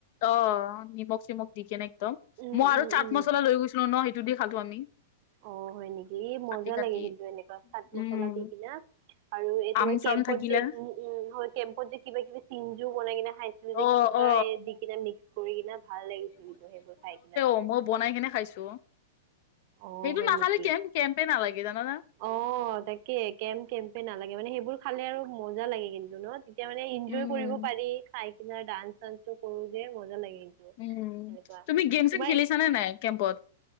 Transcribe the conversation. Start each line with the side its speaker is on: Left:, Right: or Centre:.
Left: অ', নিমখ চিমখ দি কেনে একদম।
Right: উম
Left: মই আৰু
Right: উম
Left: চাট
Right: উম
Left: মছলা লৈ গৈছিলো ন, সেইটো দি খালো আমি।
Right: অ' হয় নেকি? ই
Left: কাটি
Right: মজা
Left: কাটি
Right: লাগে কিন্তু এনেকুৱা চাট
Left: উম
Right: মছলা দি কিনা। আৰু এইটোৱে
Left: আম চাম
Right: কেম্পত
Left: থাকিলে
Right: যে উম, হয়। কেম্পত যে কিবা কিবি চিন জো বনাই কিনে খাইছিলো
Left: অ
Right: যে কিবা
Left: অ
Right: এ দি কিনে মিক্স কৰি কিনা ভাল লাগিছিল কিন্তু সেইবোৰ খাই কিনা।
Left: সম্ভৱ বনাই কেনে খাইছো,
Right: অ
Left: সেইটো
Right: হয়
Left: নাখালে
Right: নেকি
Left: কেম্প কেম্পে নালাগে জানানা?
Right: অ' তাকে কেম্প কেম্পে নালাগে, মানে সেইবোৰ খালে আৰু মজা লাগে কিন্তু ন। তেতিয়া মানে ইনজয়
Left: উম
Right: কৰিব পাৰি। খাই কিনে ডান্স চান্সো কৰো যে মজা লাগে।
Left: উম,
Right: এনেকুৱা
Left: তুমি গেম
Right: তোমাৰ
Left: চেম খেলিছা নে নাই কেম্পত?